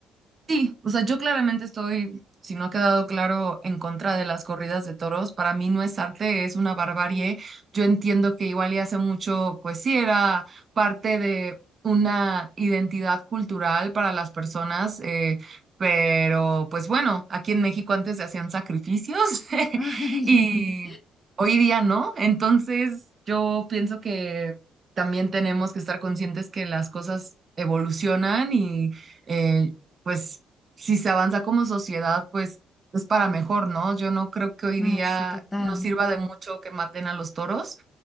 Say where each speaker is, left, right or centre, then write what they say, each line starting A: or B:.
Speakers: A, on the right (about 40°); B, on the left (about 20°).
A: Sí, o sea, yo claramente estoy, si no ha quedado claro, en contra de las corridas de toros. Para mí no es arte, es una barbarie. Yo entiendo que igual y hace mucho, pues sí, era parte de una identidad cultural para las personas, eh, pero pues bueno, aquí en México antes se hacían sacrificios <laughs>
B: <laughs> Ay,
A: y hoy día no. Entonces yo pienso que también tenemos que estar conscientes que las cosas evolucionan y... eh, pues si se avanza como sociedad, pues es para mejor, ¿no? Yo no creo que hoy
B: ay,
A: día
B: sí, total.
A: nos sirva de mucho que maten a los toros.